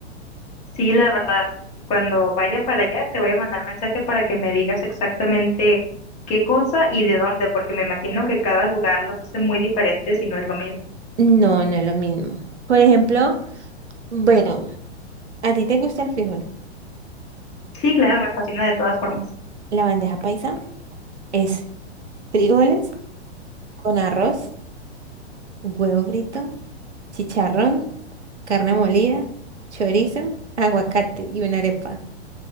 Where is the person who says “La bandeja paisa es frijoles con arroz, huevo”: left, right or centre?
Right